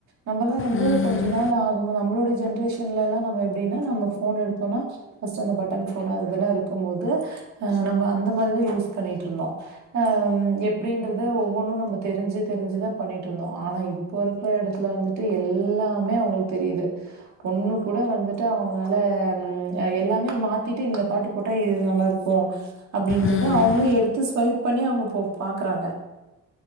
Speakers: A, on the right; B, on the left.
A: நம்மளா வந்து
B: ம்
A: கொஞ்ச நாள் ஆகணு நம்ளுடைய ஜென்ரேஷன்ல எல்லா நம்ம எப்டினா நம்ம ஃபோன் எடுத்தோனா ஃபஸ்ட்டு அந்த பட்டன் ஃபோனு அது இதெல்லா இருக்கம்போது அ நம்ம அந்த மாரிதா யூஸ் பண்ணிட்ருந்தோ அம் எப்டின்றத ஒவ்வொன்னு நம்ம தெரிஞ்சு தெரிஞ்சுதா பண்ணிட்ருந்தோ ஆனா இப் இப்போ இருக்ற எடத்ல வந்துட்டு எல்லாமே அவுங்ளுக் தெரியிது பொண்ணு கூட வந்துட்டு அவுங்ளால ம் அ எல்லாமே மாத்திட்டு இந்தப் பாட்டு போட்டா இது நல்லாருக்கு அப்டின்றத
B: ம்
A: அவுங்ளு
B: ம்
A: எடுத்து ஸ்வைப் பண்ணி அவுங்கப் போ பாக்றாங்க